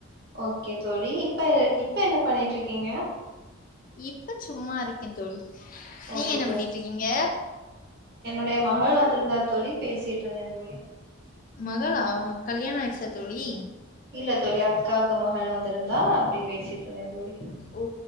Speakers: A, on the right; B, on the left.
A: ஓகே தோழி இப்ப இப்ப என்ன பண்ணிட்டு இருக்கீங்க
B: இப்ப சு சும்மா இருக்கேன்னு தோழி நீங்க
A: ஓகே
B: என்ன பண்ணிட்டு இருக்கீங்க
A: டைய மகள் வந்திருந்தா தோழி பேசிட்டு இருந்தே தோழி
B: மகளா கல்யாணம் ஆயிடுச்சா தோழி
A: இல்ல தோழி அக்கா அக்க மகள் வந்திருந்தா அப்டி பேசிட்டு இருந்தேன் தோழி
B: ஓ